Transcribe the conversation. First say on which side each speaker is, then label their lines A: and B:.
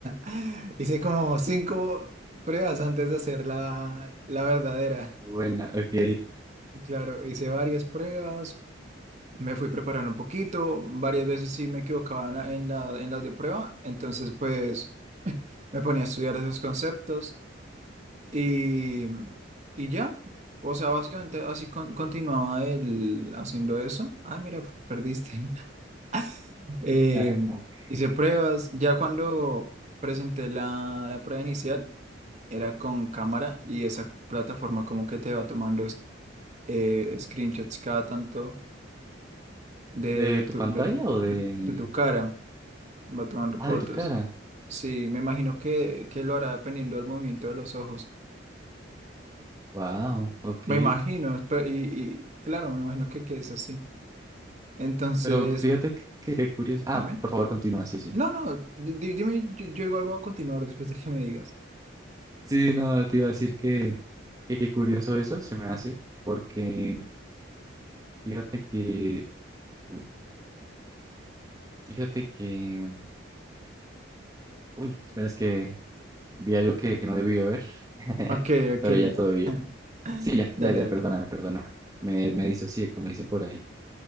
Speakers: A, on the right (about 35°); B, on the right (about 20°).
A: <laughs> Hice como cinco pruebas antes de hacer la, la verdadera.
B: Buena, ok.
A: Claro, hice varias pruebas, me fui preparando un poquito, varias veces sí me equivocaba en la- en la- en las de prueba, entonces pues me ponía a estudiar esos conceptos. Y, y ya, o sea, básicamente así con- continuaba él haciendo eso. Ay, mira, perdiste. <laughs>
B: <laughs>
A: Eh, hice pruebas. Ya cuando presenté la, la prueba inicial, era con cámara y esa plataforma como que te va tomando es- eh, screenshots cada tanto de,
B: ¿De
A: de
B: tu
A: tu,
B: pantalla
A: de tu,
B: o
A: de,
B: de...?
A: de tu cara, va tomando
B: Ah,
A: fotos.
B: de tu cara.
A: Sí, me imagino que, que lo hará dependiendo del movimiento de los ojos.
B: Wow, ok.
A: Me imagino, espe- y, y claro, me imagino que, que es así. Entonces,
B: Pero fíjate que, que curioso. Ah,
A: dime.
B: por favor, continúa, sí, sí.
A: No, no, di- di- dime, yo, yo igual voy a continuar después de que me digas.
B: Sí, no, te iba a decir que, que qué curioso eso se me hace, porque fíjate que, uy, fíjate que, uy, espera, es que vi algo que, que no debí ver, <laughs>
A: Ok, ok.
B: pero ya todo bien.
A: <laughs>
B: Sí, ya,
A: Dale,
B: ya, ya,
A: dale.
B: perdóname, perdona. Me, me disocié, como dicen por ahí.